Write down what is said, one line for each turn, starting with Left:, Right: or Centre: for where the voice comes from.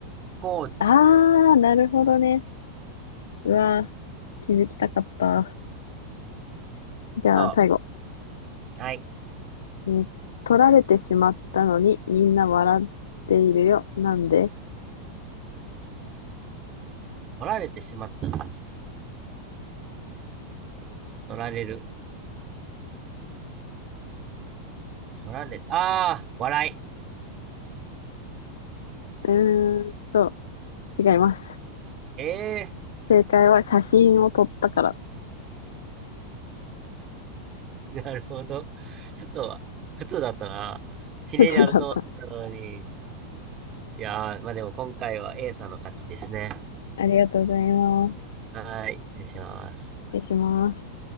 Right: 高知。
Left: あー、なるほどね。うわー、気づきたかった。じゃあ、
Right: そ
Left: 最後。
Right: う。はい。
Left: えー取られてしまったのにみんな笑っているよ。なんで
Right: 取られてしまったのに。取られる。取られ、ああ、笑
Left: うーんと、違います。
Right: い。ええ
Left: 正解は写真を撮ったから。
Right: ー、なるほど。ちょっと、普通だったな。ひねりあると思ったのに。
Left: <laughs> だった。
Right: いやー、まあでも今回は A さんの勝ちですね。
Left: ありがとうございます。
Right: はい、失礼します。
Left: 失礼します。